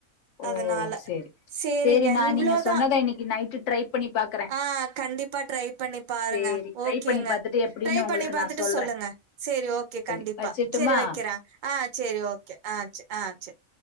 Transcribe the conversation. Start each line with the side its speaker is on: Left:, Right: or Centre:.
Left: ஓ
Right: அதனால
Left: சேரி
Right: சரிங்க
Left: சேரி நா
Right: இவ்ளோதான்
Left: நீங்க சொன்னத இன்னைக்கு நைட்டு ட்ரை பண்ணி பாக்குறே
Right: ஆஹ் கண்டிப்பா ட்ரை பண்ணி பாருங்க
Left: சேரி ட்ரை
Right: ஓகேங்க
Left: பண்ணி பாத்துட்டு எப்டின்னு
Right: ட்ரை
Left: உங்களுக்கு
Right: பண்ணி பாத்துட்டு
Left: நா சொல்றே
Right: சொல்லுங்க சரி ஓகே
Left: சேரி
Right: கண்டிப்பா
Left: வச்சுட்டுமா
Right: சரி வைக்கிறேன் ஆஹ் சரி ஓகே ஆ சரி ஆஹ் சரி